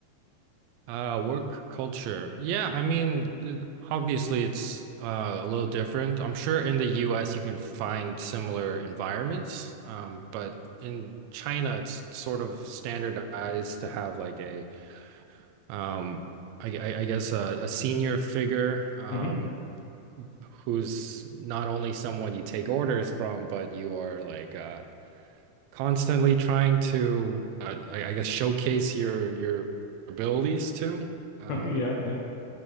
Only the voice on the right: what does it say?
Uh, work culture. Yeah, I mean, obviously it's uh, a little different. I'm sure in the US you can find similar environments, um, but in China it's sort of standardized to have like a um, I, I, I guess a, a senior figure um,
who's not only someone you take orders from, but you are like uh, constantly trying to uh, I, I guess showcase your your abilities too. Um,